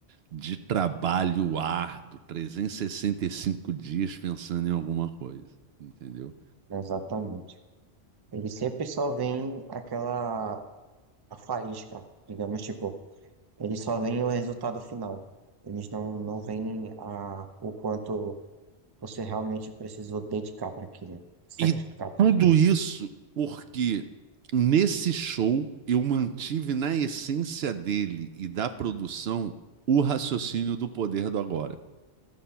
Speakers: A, on the right; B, on the right.
A: de trabalho árduo, 365 dias pensando em alguma coisa, entendeu?
B: Exatamente. Ele sempre só vem aquela a faísca, digamos, tipo. Eles só veem o resultado final. Eles não, não veem a, o quanto você realmente precisou dedicar para aquilo, sacrificar
A: E
B: para
A: tudo
B: aquilo.
A: isso porque nesse show eu mantive na essência dele e da produção o raciocínio do poder do agora.